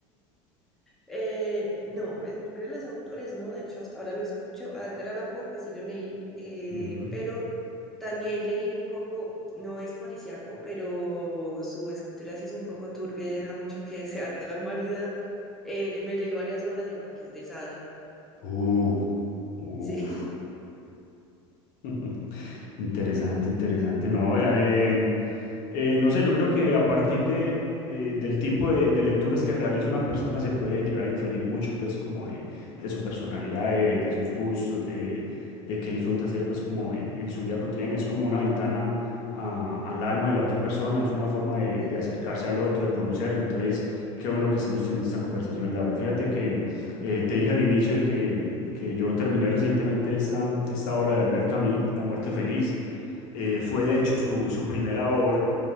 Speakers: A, in the centre; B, on the left.
A: Eh, no, el primero de los autores, no, de hecho hasta ahora lo escucho, a Edgar Allan Poe, pues sí lo leí, eh,
B: Ujú.
A: pero también leí un poco, no es policíaco, pero su escritura sí es un poco turbia y deja mucho que desear de la humanidad. Eh, me leí varias obras del Marqués de Sade,
B: Uh, uf.
A: sí,
B: <laughs> Interesante, interesante. No, eh, Eh, no sé, yo creo que a partir de, eh, del tipo de, de lecturas que realiza una persona se puede llegar a inferir mucho, pues, como de, de su personalidad, de, de sus gustos, de, de qué disfruta hacer, pues, como en, en su vida cotidiana. Es como una ventana a- al alma de la otra persona, es una forma de,
A: <laughs> sí,
B: de acercarse al otro, de conocerlo. Entonces, qué bueno que estemos teniendo esta conversación, Laura. Fíjate que eh, te dije al inicio de que, que yo terminé recientemente esta, esta obra de Albert Camus, La muerte feliz. Eh, fue de hecho su, su primera obra